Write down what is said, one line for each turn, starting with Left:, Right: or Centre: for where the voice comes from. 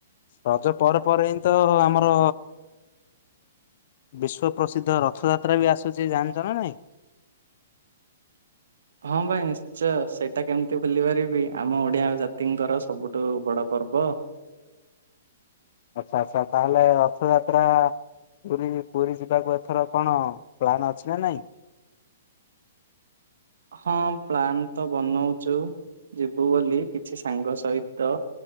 Left: ରଜ ପରେ ପରେ ହିଁ ତ ଆମର ବିଶ୍ଵ ପ୍ରସିଦ୍ଧ ରଥଯାତ୍ରା ବି ଆସୁଛି ଜାଣିଛ ନା ନାଇଁ।
Right: ହଁ ଭାଇ ନିଶ୍ଚୟ ସେଇଟା କେମିତି ଭୁଲି ପାରିବି ଆମ ଓଡିଆ ଜାତିଙ୍କର ସବୁଠୁ ବଡ ପର୍ବ
Left: ଆଛା ଆଛା ତାହେଲେ ରଥଯାତ୍ରା ପୁରି ପୁରୀ ଯିବାକୁ ଏଥର କଣ ପ୍ଲାନ ଅଛି ନା ନାଇଁ?
Right: ହଁ ପ୍ଲାନ୍ ତ ବନଉଛୁ ଯିବୁ ବୋଲି କିଛି ସାଙ୍ଗ ସହିତ